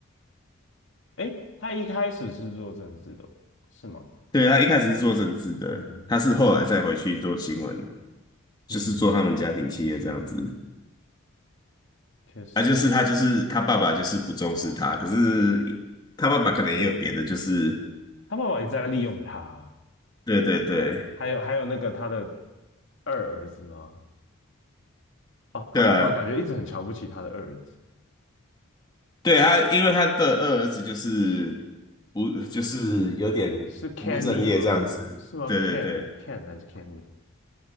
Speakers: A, on the left; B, on the left.
A: 诶，他一开始是做政治的，是吗？
B: 对，他一开始是做政治的，
A: 嗯，
B: 他是后来再回去做新闻，就是做他们家庭企业这样子。
A: 嗯，确实，
B: 啊，就是他就是他爸爸就是不重视他，可是他爸爸可能也有别的，就是
A: 他爸爸一直在利用他，
B: 对对对
A: 还有还有那个他的二儿子吗？哦，他爸爸感觉一直很瞧不起他的二儿子，
B: 对啊，对他，因为他的二儿子就是无，就是有点不务正业这样子。
A: 是 Kenny 吗？是吗？Ken
B: 对对对，
A: Ken 还是 Kenny？